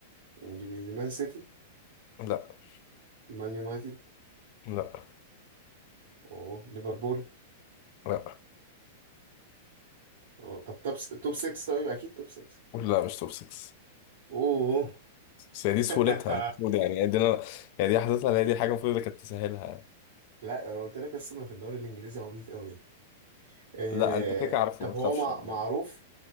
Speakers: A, on the right (about 60°); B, on the left (about 50°).
A: انجليزي مان سيتي
B: لا
A: مان يونايتد
B: لا
A: اوه ليفربول
B: لا
A: أوه. طب توب توب 6 طيب اكيد توب 6
B: لا مش توب 6
A: اوه
B: بس هي دي
A: <laughs>
B: سهولتها المفروض يعني يعني دي انا يعني دي حضرتها اللي هي دي الحاجه المفروض اللي كانت تسهلها يعني.
A: لا انا قلت لك اصلا في الدوري الانجليزي عبيط قوي آه،
B: لا انت كده كده عارفه
A: طب
B: ما
A: هو
B: تخافش
A: مع...
B: يعني
A: معروف